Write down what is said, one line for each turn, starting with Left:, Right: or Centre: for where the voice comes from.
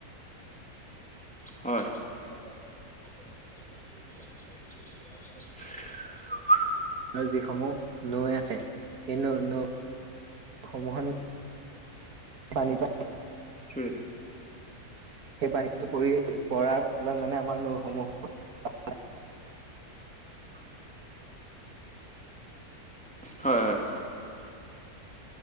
Centre: হয়। <unintelligible>
Right: আৰু যিসমূহ নৈ আছে সেই নৈ নৈ সমূহ। পানী প।
Centre: সৰি।
Right: সেই পানীটো পৰি পৰাৰ ফলত মানে আমাৰ নৈসমূহ।
Centre: হয়। হয় হয়।